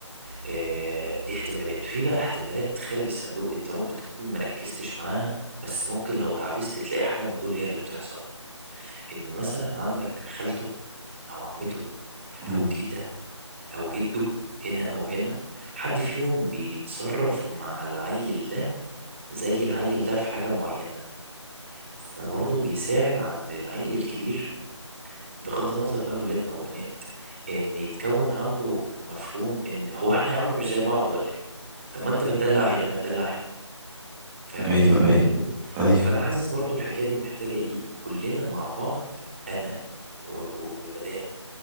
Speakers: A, on the right (about 25°); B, in the centre.
A: آه دي احتمالات في بقى احتمالات خارج الصندوق انت ممكن تكون مركزتش معاها بس ممكن لو دعبست تلاقي حاجه من دول هي اللي بتحصل ان مثلا عندك خالته او عمته
B: مم.
A: او تيتا او جده هنا او هنا حد فيهم بيتصرف مع العيل ده زي العيل ده في حاجة معينة فبرضه بيساعد عند العيل الكبير بغض النظر بقى ولاد او بنات ان يتكون عنده مفهوم ان هو احنا يا عم مش زي بعض ولا ايه طب ما انت بتدلع هنا ما تدلع هنا فاهم
B: ايوه
A: قصدي
B: ايوه ايوه
A: فانا حاسس برضه الحكاية دي محتاجة ايه كلنا مع بعض انا و- و- والمدام